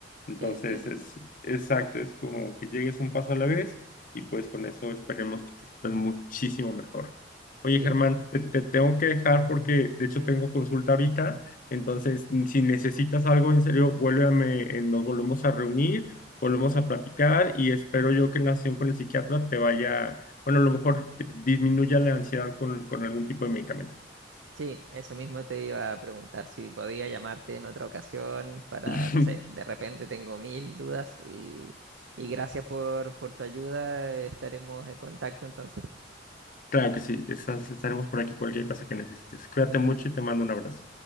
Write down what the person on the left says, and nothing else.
Entonces
es exacto, es como que llegues un paso a la vez y pues con eso esperemos que te sientas muchísimo mejor. Oye,
Germán, te, te tengo que dejar porque de hecho
tengo consulta ahorita. Entonces, si necesitas algo en serio, vuélveme, eh, nos volvemos a reunir, volvemos a platicar y espero yo que en la sesión con el psiquiatra te vaya, bueno, a lo mejor te- disminuya la ansiedad con, con algún tipo de medicamento.
<laughs>
Claro que sí, estás- estaremos por aquí cualquier cosa que necesites. Cuídate mucho y te mando un abrazo.